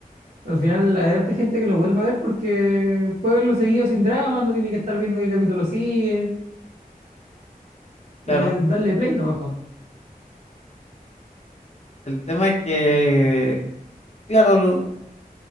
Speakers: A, on the right; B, on the left.
A: Al final hay harta gente que lo vuelve a ver porque puede verlo seguido sin drama, no tiene que estar viendo qué capítulo sigue,
B: Claro.
A: eh, darle play nomás, po.
B: El tema es que, claro, lo-